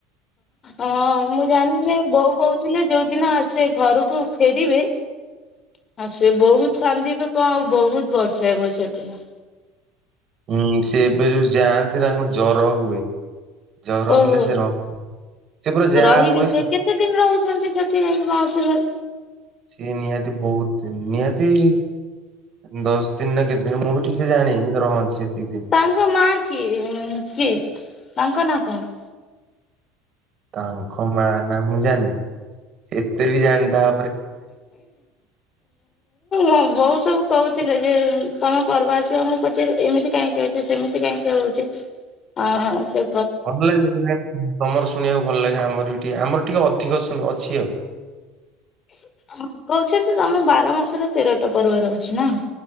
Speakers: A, on the left; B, on the right.
A: ହଁ ମୁଁ ଜାଣିନି ବୋଉ କୋହୁ ଥିଲେ ଯୋଉଦିନ ସେ ଘରକୁ ଫେରିବେ ହ ସେ ବହୁତ କାନ୍ଦିିବି କ ବହୁତ ବର୍ଷା ହେବ ସେଦିନ।
B: ହୁଁ ସେ ଏବେ ଯୋଉ ଯାଆନ୍ତି ତାଙ୍କୁ ଜର ହୁଏ। ଜର
A: ଓହୋ।
B: ହେଲେ ସେ ରହ ସେ ପୁରା ଯାହା
A: ରହିବେ
B: ହୁଏ
A: ସେ କେତେ ଦିନ ରହିଚନ୍ତି ସେଠି ଯାଇଁକି ମାଉସି ଘରେ?
B: ସିଏ ନିହାତି ବହୁତ୍ ଦିନ୍ ନିହାତି ଦଶ୍ ଦିନ୍ ନା କେତେ ଦିନ୍ ମୁଁ ବି ଠିକ୍ ସେ ଜାଣିନି, ରହନ୍ତି ସେତିକି ଦିନ୍।
A: ତାଙ୍କ ମା କିଏ ଅଁ କିଏ ତାଙ୍କ ନାଁ କଣ?
B: ତାଙ୍କ ମା ନା ମୁଁ ଜାନନି। ସେ ଏତେ ବି ଜାଣିତା
A: ହଁ ବୋଉ ସବୁ କହୁଥିଲେ ଯେ ତମ ପର୍ବ ଆସିବ ମୁଁ ପଚାରି ଏମିତି କାହିଁକି ହେଉଚି ସେମିତି କାହିଁକି ହେଉଚି। ଅ ସେ
B: ଭଲ ଲାଗେ ତମର ଶୁଣିବାକୁ ଭଲ ଲାଗେ ଆମର ବି ଟିକେ ଆମର ଟିକେ ଅଧିକ ଶୁ ଅଛି ଆଉ।
A: କହୁଚନ୍ତି ତମ ବାର ମାସରେ ତେରଟା ପର୍ବ ରହୁଚି ନା।